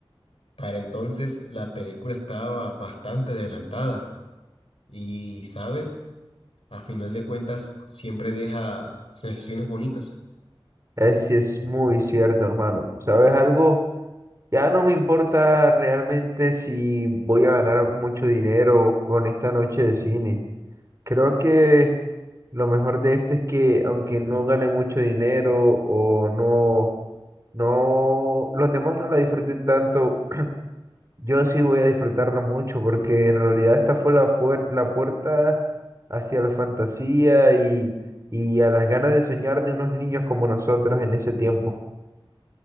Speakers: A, on the left; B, on the right.
A: para entonces la película estaba bastante adelantada y, ¿sabes? A final de cuentas, siempre deja sensaciones bonitas.
B: Así es muy cierto, hermano. ¿Sabes algo? Ya no me importa realmente si voy a ganar mucho dinero con esta noche de cine. Creo que lo mejor de esto es que aunque no gane mucho dinero o no, no, los demás no la disfruten tanto, <clears throat> yo sí voy a disfrutarla mucho porque en realidad esta fue la, fuer- la puerta hacia la fantasía y, y a las ganas de soñar de unos niños como nosotros en ese tiempo.